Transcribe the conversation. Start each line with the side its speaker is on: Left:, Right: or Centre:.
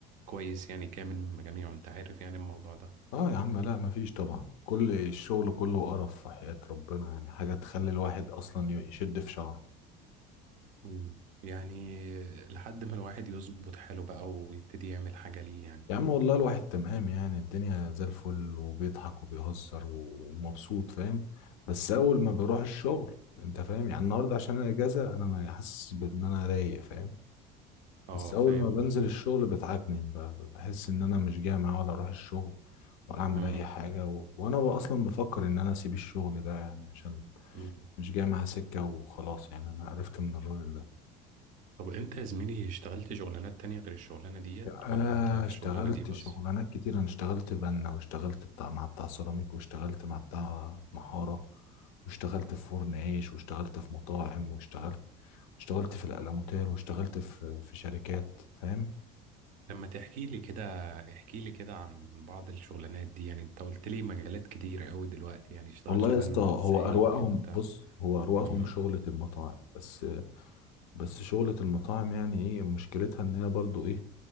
Right: كويس يعني كامل من جميعه انت عارف يعني الموضوع ده
Left: اه يا عم لا مفيش طبعا كل الشغل كله قرف في حياة ربنا يعني حاجة تخلي الواحد اصلا يشد في شعره
Right: مم. يعني لحد ما الواحد يظبط حاله بقى ويبتدي يعمل حاجه ليه يعني
Left: يا عم والله الواحد تمام يعني الدنيا زي الفل وبيضحك وبيهزر ومبسوط فاهم بس اول ما بروح الشغل انت فاهم يعني النهارده عشان انا اجازة انا ما حاسس بان انا رايق فاهم
Right: اه
Left: بس اول
Right: فاهم
Left: ما بنزل
Right: قصدك
Left: الشغل بتعكنن ب- ب- بحس ان انا مش جامع ولا اروح الشغل ولا اعمل
Right: مم.
Left: اي حاجه و... وانا ب- اصلا بفكر ان انا اسيب الشغل ده يعني عشان
Right: مم.
Left: مش جامع سكه وخلاص يعني انا عرفت من الراجل ده
Right: طب انت يا زميلي اشتغلت شغلانات تانية غير الشغلانه ديت
Left: آه
Right: ولا انت في
Left: اشتغلت
Right: الشغلانه دي بس
Left: شغلانات كتير انا اشتغلت بنا واشتغلت بتاع مع بتاع سيراميك واشتغلت مع بتاع محاره واشتغلت في فرن عيش واشتغلت في مطاعم واشتغلت اشتغلت في الألموتال واشتغلت في في شركات فاهم
Right: لما تحكي لي كده احكي لي كده عن بعض الشغلانات دي يعني انت قلت لي مجالات كتيرة قوي دلوقتي يعني اشتغلت
Left: والله يا
Right: بنا
Left: اسطى هو
Right: ازاي
Left: اروقهم
Right: وامتى
Left: بص هو اروقهم
Right: امم
Left: شغلة المطاعم بس بس شغلة المطاعم يعني ايه مشكلتها ان هي برضو ايه